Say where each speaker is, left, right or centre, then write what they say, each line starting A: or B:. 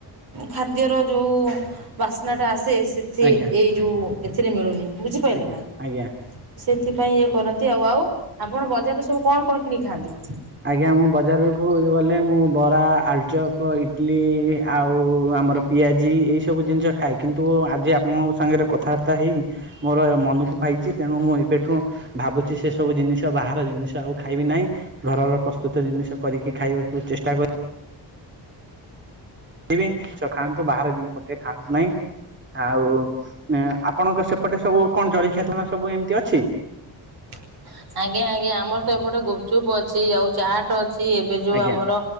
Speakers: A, on the right; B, on the right.
A: ଖାଦ୍ୟର ଯୋଉ ବାସ୍ନାଟା ଆସେ ସେ
B: ଆଜ୍ଞା
A: ଏଇ ଯୋଉ ଏଥିରେ ମିଳୁନି। ବୁଝିପାରିଲେ
B: ଆଜ୍ଞା
A: ନା।
B: ଆଜ୍ଞା।
A: ସେଥିପାଇଁ ଇଏ କରନ୍ତି ଆଉ। ଆଉ ଆପଣ ବଜାରରେ ସବୁ କଣ କଣ କିଣି ଖାଆନ୍ତି?
B: ଆଜ୍ଞା ମୁଁ ବଜାରକୁୁ ଗଲେ ମୁଁ ବରା, ଆଳୁଚପ, ଇଟଲି ଆଉ ଆମର ପିଆଜି ଏଇ ସବୁ ଜିନିଷ ଖାଏ, କିନ୍ତୁ ଆଜି ଆପଣଙ୍କ ସାଙ୍ଗରେ କଥାବାର୍ତ୍ତା ହେଇକି ମୋର ମନକୁ ପାଇଛି ତେଣୁ ମୁଁ ଏବେଠୁ ଭାବୁଛି ସେ ସବୁ ଜିନିଷ ବାହାର ଜିନିଷ ଆଉ ଖାଇବି ନାହିଁ। ଘରର ପ୍ରସ୍ତୁତ ଜିନିଷ କରିକି ଖାଇବାକୁ ଚେଷ୍ଟା କ ରିବି ଖାଆନ୍ତୁ ବାହାର ଜିନିଷ କିଏ ଖାଆନ୍ତୁ ନାହିଁ। ଆଉ ଆପଣଙ୍କ ସେପଟେ ସବୁ କଣ ଜଳିଖିଆ <unintelligible> ସବୁ ଏମିତି ଅଛି।
A: <inaudible> ଆଜ୍ଞା ଆଜ୍ଞା ଆମର ତ ଏପଟେ ଗୁପଚୁପ୍ ଅଛି ଆଉ ଚାଟ ଅଛି ଏବେ ଯୋଉ
B: ଆଜ୍ଞା
A: ଆମର